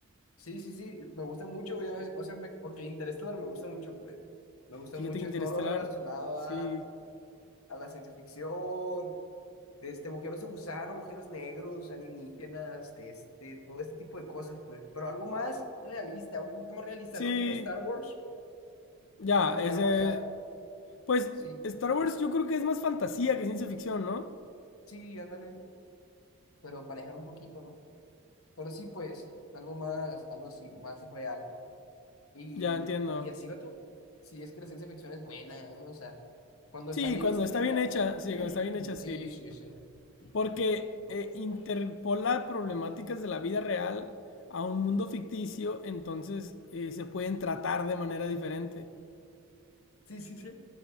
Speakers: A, on the left; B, on the left.
A: Sí, sí, sí, me gusta mucho, yo es- o sea, me- porque Interestelar me gusta mucho, pues. Me gusta
B: Fíjate
A: mucho
B: que Interestelar,
A: es todo lo relacionado
B: sí.
A: a, a la ciencia ficción, de este, agujeros de gusano, agujeros negros, alienígenas, de este, todo este tipo de cosas, pues. Pero algo más realista, un poquito más realista,
B: Sí,
A: no tipo Star Wars,
B: ya,
A: porque Star
B: ese.
A: Wars ya...
B: Pues
A: Sí,
B: Star Wars yo creo que es más fantasía que ciencia ficción, ¿no?
A: Sí, ándale, pero manejar un poquito, ¿no? Pero sí, pues, algo más, algo así, más real. Y,
B: Ya entiendo.
A: y así va todo. Sí, es que la ciencia ficción es buena, ¿no? O sea, cuando
B: Sí,
A: está bien
B: cuando
A: escrita.
B: está bien hecha, sí,
A: <clears throat>
B: cuando está bien hecha, sí.
A: Sí, sí, sí.
B: Porque
A: Por-
B: eh, interpola problemáticas de la vida real a un mundo ficticio, entonces eh, se pueden tratar de manera diferente.
A: Sí, sí, sí.